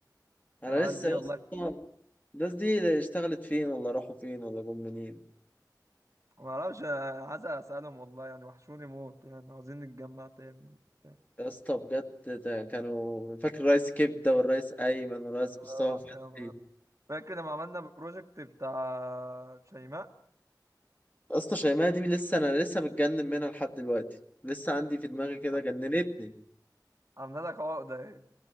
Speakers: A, on the left; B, on the right.
A: انا
B: العيال
A: لسه
B: دي
A: يا
B: والله
A: اسطى الناس دي اشتغلت فين ولا راحوا فين ولا جم منين
B: ما اعرفش أنا عايز اسالهم والله يعني وحشوني موت يعني عاوزين نتجمع تاني وبتاع.
A: يا اسطى بجد ده كانوا فاكر الريس كبده والريس ايمن والريس
B: آه،
A: مصطفى فتحي
B: يا نهار. فاكر لما عملنا بروجكت بتاع شيماء
A: يا اسطى شيماء دي لسه انا لسه متجنن منها لحد دلوقتي لسه عندي في دماغي كده
B: عم-
A: جننتني
B: عملنا لك عقده ايه